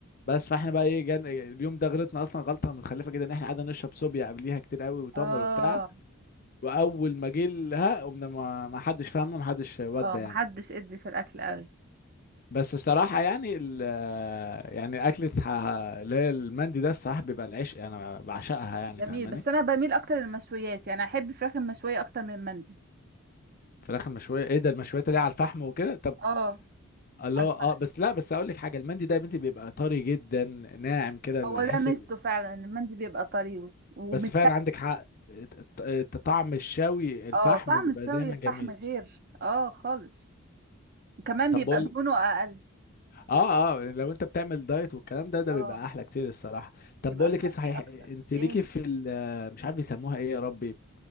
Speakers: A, on the left; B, on the right.
A: بس فاحنا بقى ايه جان اليوم ده غلطنا اصلا غلطه متخلفه جدا ان احنا قعدنا نشرب صوبيا قبليها كتير قوي وتمر
B: اه
A: وبتاع واول ما جه لها قمنا ما ما حدش فاهمه ما حدش ودى
B: اه محدش
A: يعني
B: ادي في الاكل قوي
A: بس الصراحه يعني ال يعني اكله ح- اللي هي المندي ده الصراحه بيبقى العشق يعني، انا بعشقها يعني
B: جميل
A: فاهماني
B: بس انا بميل اكتر للمشويات يعني احب فراخ المشويه اكتر من المندي
A: فراخ المشويه ايه ده المشويات اللي هي على الفحم وكده طب
B: اه
A: الله
B: على الفحم
A: اه بس لا بس اقول لك حاجه المندي ده يا بنتي بيبقى طري جدا ناعم كده اللي
B: هو ده
A: حس
B: ميزته
A: ال-
B: فعلا المندي بيبقى طري ومت
A: بس فعلا عندك حق الت- الت- طعم الشوي الفحم
B: اه طعم
A: بيبقى
B: الشوي
A: دايما
B: فحم
A: جميل
B: غير اه خالص وكمان
A: طب
B: بيبقى
A: بقول
B: دهونه اقل
A: اه اه لو انت بتعمل دايت والكلام ده ده
B: اه
A: بيبقى احلى كتير الصراحه طب
B: بيبقى
A: بقول
B: صحي
A: لك ايه صحيح
B: اكتر
A: انت
B: ايه
A: ليكي في ال- مش عارف بيسموها ايه يا ربي